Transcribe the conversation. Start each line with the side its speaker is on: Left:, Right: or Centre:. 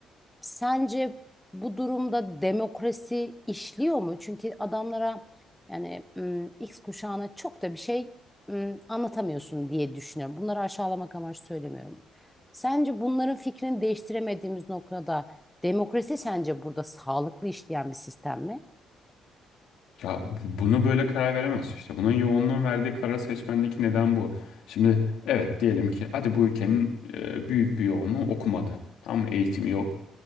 Centre: Sence bu durumda demokrasi işliyor mu? Çünkü adamlara yani ım, X kuşağına çok da bir şey ım, anlatamıyorsun diye düşünüyorum. Bunları aşağılamak amaçlı söylemiyorum. Sence bunların fikrini değiştiremediğimiz noktada demokrasi sence burada sağlıklı işleyen bir sistem mi?
Left: Ya bu- bunu böyle karar veremez işte. Bunun yoğunluğun verdiği karar seçmendeki neden bu. Şimdi evet diyelim ki hadi bu ülkenin e, büyük bir yoğunluğu okumadı. Tam eğitim yok.